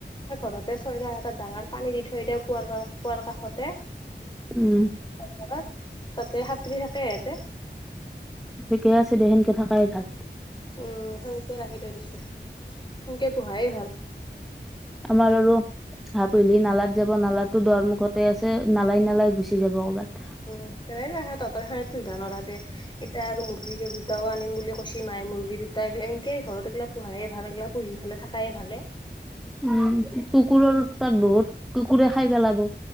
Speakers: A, on the left; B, in the centre.
A: ঘৰতে চয়দ এটা ডাঙৰ পানী দি থৈ দিয় কুঁ কুঁৱাৰ কাষতে।
B: উ'ম।
A: ঘৰত তাতে হাতুৰী থাকে হেতে।
B: ঠিকে আছে দে সেনকে থকাই ভাল।
A: উম সেনকে ৰাখি থৈ দিছো সেনকে পঢ়ায় ভাল।
B: আমাৰ আৰু হাঁহ পুহিলি নালাত যাব নালা দৰমুখতে আছে নালাই নালাই গুচি যাব কৰ'ৰবাত।
A: উম সেইে তহতৰ খাঁতো সিবা নৰা দে এতিয়া আৰু মুৰ্গী দুটাও আনিম বুলি কৈছি মায় মুৰ্গী দুটাা এনকে ঘৰত এইগিলা পোহাইে ভাল এইগিলা পুহি ফালে থাকাইে ভালে।
B: উম কুকুৰৰ তাত বহুত কুকুৰে খাই পেলাব।